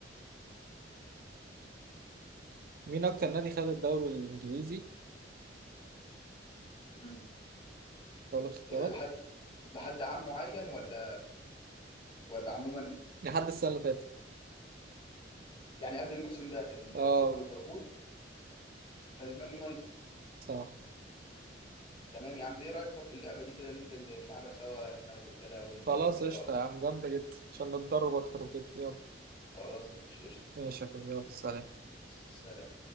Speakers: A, on the right; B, on the left.
A: مين اكتر نادي خد الدوري الانجليزي
B: مم.
A: اقول لك اختيارات
B: آه، لحد لحد عام معين ولا ولا عموما
A: لحد السنة اللي فاتت
B: يعني قبل الموسم ده اللي
A: اه
B: خده ليفربول كان المان يونايتد
A: صح
B: تمام يا عم ايه رايك طب في اللعبه دي كده ننزل نلعبها سوا احنا والرجاله وانت
A: خلاص
B: كده
A: قشطة
B: ايه رايك
A: يا عم جامدة جدا عشان نتدرب اكتر وكده يلا
B: خلاص ماشي قشطه
A: ماشي يا أخوي، يلا سلام
B: سلام